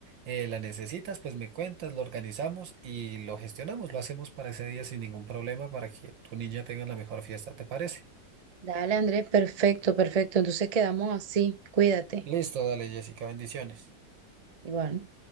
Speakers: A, on the right (about 80°); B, on the right (about 40°).
A: eh, la necesitas, pues me cuentas, lo organizamos y lo gestionamos, lo hacemos para ese día sin ningún problema para que tu niña tenga la mejor fiesta, ¿te parece?
B: Dale, Andrés, perfecto, perfecto. Entonces quedamos así. Cuídate.
A: Listo, dale Jessica, bendiciones.
B: Igual.